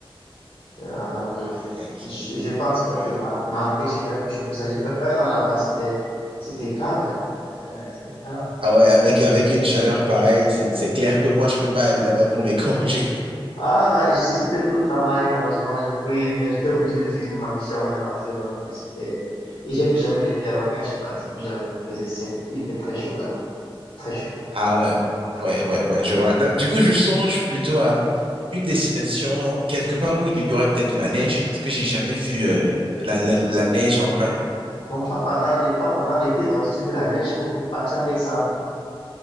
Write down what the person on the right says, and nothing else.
Aïe,
aïe, aïe.
Ouais.
Ah ouais, avec, avec une chaleur pareille, c'est c'est clair que moi, je peux pas aller là-bas pour mes <laughs> congés.
Ah ouais, ouais,
ouais, ouais, je vois. Du coup, je songe plutôt à une destination, quelque part où il y aurait peut-être de la neige, parce que j'ai jamais vu euh, la, la, la neige en vrai.